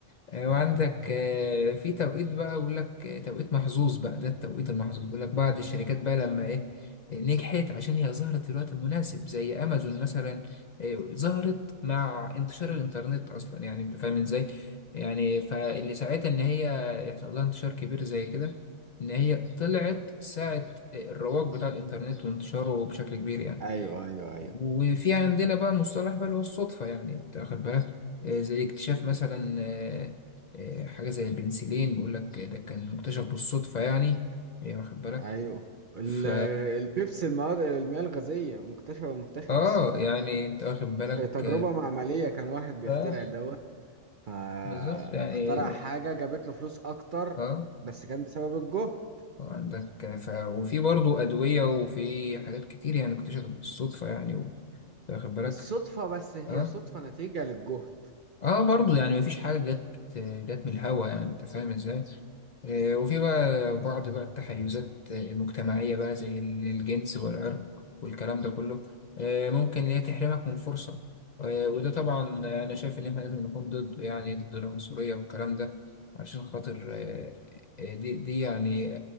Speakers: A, on the left (about 55°); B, on the right (about 50°).
A: آه،
B: آه.
A: وعندك آه، في توقيت بقى بيقول لك آه، توقيت محظوظ بقى ده التوقيت المحظوظ بيقول لك بعض الشركات بقى لما ايه آه، نجحت عشان هي ظهرت في الوقت المناسب زي امازون مثلا آه، ظهرت مع انتشار الانترنت اصلا يعني انت فاهم ازاي يعني فاللي ساعتها ان هي يحصل لها انتشار كبير زي كده ان هي طلعت ساعة آه، الرواج بتاع الانترنت وانتشاره بشكل كبير يعني
B: ايوه ايوه ايوه
A: وفي عندنا بقى مصطلح بقى اللي هو الصدفة يعني انت واخد بالك آه، زي اكتشاف مثلا آه، آه، حاجة زي البنسلين بيقول لك ده كان مكتشف بالصدفة يعني آه، واخد بالك
B: ايوه ال-
A: ف
B: البيبسي المواد المياه الغازية مكتشفة مكتشفة
A: اه
B: بالصدفة
A: يعني انت واخد بالك
B: في تجربة
A: اه
B: معملية كان واحد بيخترع
A: آه،
B: دواء فاخترع
A: بالظبط يعني
B: حاجة جابت له فلوس أكتر
A: اه
B: بس كان بسبب الجهد
A: آه، عندك آه، ف... وفي برضه أدوية وفي حاجات كتير يعني اكتشفت بالصدفة يعني و... واخد بالك
B: بالصدفة بس هي
A: اه
B: صدفة نتيجة للجهد
A: اه برضو يعني مفيش حاجة جت جت من الهوا يعني انت فاهم ازاي آه، وفي بقى بعض بقى التحيزات المجتمعية بقى زي ال- الجنس والعرق والكلام ده كله آه، ممكن
B: مم.
A: إن هي تحرمك من فرصة آه، وده طبعا أنا شايف إن إحنا لازم نكون ضده يعني ضد العنصرية والكلام ده عشان خاطر
B: مم.
A: آه، آه، دي دي يعني